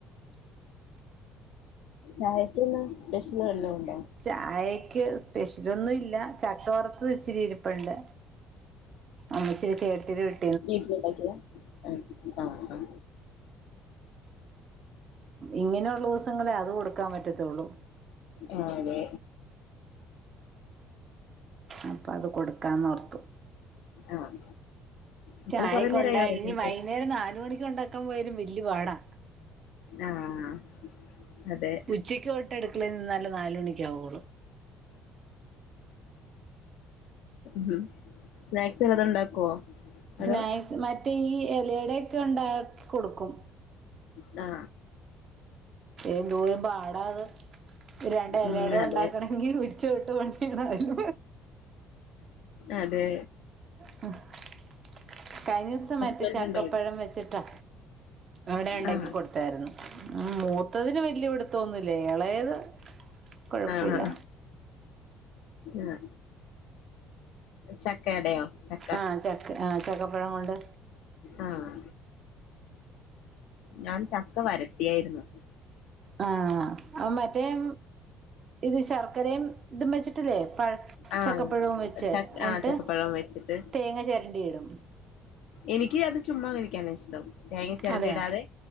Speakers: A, on the left; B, on the right.
A: ചായക്കെന്നാ സ്പെഷ്യല് വല്ലോം ഒ
B: ചായക്ക് ക്ക് സ്പെഷ്യല് ഒന്നും ഇല്ല ചക്ക വറുത്തത്ത് വച്ചിരി ഇരിപ്പുണ്ട് ആഹ് ശരി ചേ <unintelligible>
A: വീട്ടിലുണ്ടാക്കിയതാ ആഹ് ആ ആ
B: ഇങ്ങനെയുള്ള ദിവസങ്ങളേ അതു കൊടുക്കാൻ പറ്റത്തുള്ളൂ
A: ആ അതെ
B: അപ്പ അത് കൊടുക്കാന്ന് ഓർത്തു
A: ആഹ് മക്കള്
B: ചായക്ക്‌
A: കൊറേ
B: കൊണ്ട
A: നേരായോ ഒറങ്ങീട്ട്
B: ഇനി വൈകുന്നേരം നാല് മണി കൊണ്ടാ ക്കാൻ പോയാലും വല്യ പാടാ
A: ആഹ് അതെ
B: ഉച്ചയ്ക്ക് തൊട്ട് <unintelligible> നാല് മണിക്കാവയുള്ളൂ
A: മ് സ്നാക്സ് വല്ലാതും ഉണ്ടാക്കുവോ അതോ
B: സ്നാ മറ്റേ ഈ എലേടെ ക്കെ ണ്ടാ കൊടുക്കും
A: ആ
B: എന്തോരം പാടാ അത് രണ്ട് എലയടെ
A: ഉം അതെ
B: ഉണ്ടാക്കണങ്കി ഉച്ചോട്ട് പണിയ
A: അതെ
B: <unintelligible> കഴിഞ്ഞുസം
A: ഹസ്ബൻഡ്
B: മറ്റേ ചക്കപ്പഴം
A: ഉണ്ടോ അവിടെ
B: വെച്ച്ട്ടാ അവടെ ഉണ്ടാക്കി
A: ആഹ്
B: കൊടുത്തായിരുന്നു. ആഹ് മൂത്തതിന് വല്യപിടുത്തോന്നില്ല എളയത് കൊഴപ്പുല്ല
A: ആണോ ആഹ് ചക്കടയോ ചക്ക
B: ആഹ് ചക്ക് ആഹ് ചക്കപ്പഴം കൊണ്ട്
A: ആഹ്. ഞാൻ ചക്ക വരട്ടിയായിരുന്നു
B: ആഹ് ആഹ് മറ്റേയ് ഇത് ശർക്കരയും ഇതും വെച്ചിട്ടല്ലേ പഴ
A: ആഹ്
B: ചക്കപ്പഴും വെച്ച്
A: ച
B: എൻട്ട്
A: ആഹ് ചക്കപ്പഴം വെച്ചിട്ട്
B: തേങ്ങ ചെരണ്ടിയിടും
A: എനിക്ക് അത് ചുമ്മാ കഴിക്കാനാ ഇഷ്ടം. തേങ്ങ ചെരണ്ടി
B: അതെ
A: ഇടാതെ